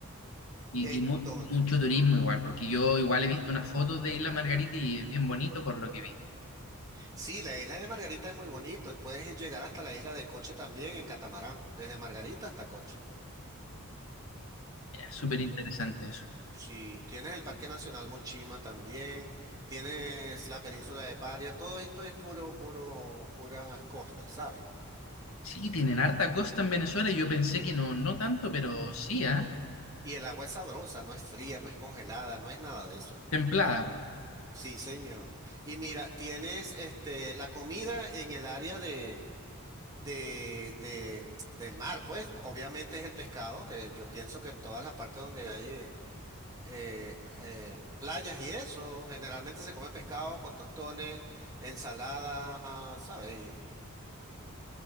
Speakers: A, on the left; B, on the right.
A: Y,
B: Entonces,
A: y mu- mucho turismo igual, porque yo igual he visto unas fotos de Isla Margarita y es bien bonito por lo que vi.
B: sí, la isla de Margarita es muy bonito, puedes llegar hasta la isla de Coche también en catamarán, desde Margarita hasta Coche.
A: Mira, súper interesante eso.
B: Sí, tienes el Parque Nacional Mochima también, tienes la península de Paria, todo esto es puro, puro, puras costas, ¿sabes?
A: Sí, tienen harta costa en Venezuela y yo pensé que no, no tanto, pero sí, ¿ah?
B: Y el agua es sabrosa, no es fría, no es congelada, no es nada de eso.
A: Templada.
B: Sí, señor. Y mira, tienes este la comida en el área de, de, de- del mar, pues obviamente es el pescado, que yo pienso que en todas las partes donde hay eh, eh, playas y eso, generalmente se come pescado con tostones, ensalada, ¿sabes? Y, y-